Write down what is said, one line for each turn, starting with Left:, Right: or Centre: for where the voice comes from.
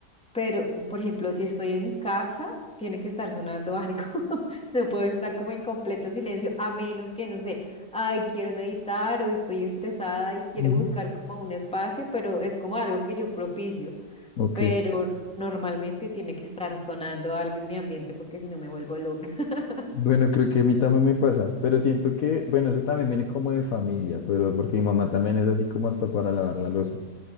Centre: pero, por ejemplo, si estoy en mi casa, tiene que estar sonando algo. <laughs> No puedo estar como en completo silencio, a menos que, no sé, ay, quiero meditar o estoy estresada y quiero
Left: ujú.
Centre: buscar como un espacio, pero es como algo que yo propicio
Left: Ok,
Centre: pero normalmente tiene que estar sonando algo en mi ambiente porque si no me vuelvo loca. <laughs>
Left: bueno, creo que a mí también me pasa, pero siento que, bueno, eso también viene como de familia, pero porque mi mamá también es así como hasta para lavar la loza.